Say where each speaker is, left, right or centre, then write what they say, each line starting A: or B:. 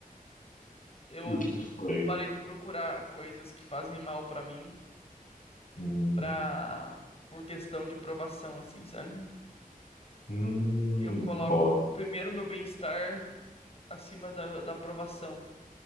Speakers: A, on the left; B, on the left.
A: eu
B: e o que que foi?
A: parei de procurar coisas que fazem mal pra mim,
B: Hum,
A: pra... por questão de provação, assim, sabe?
B: hum,
A: Eu coloco
B: boa,
A: primeiro meu bem-estar acima da, da aprovação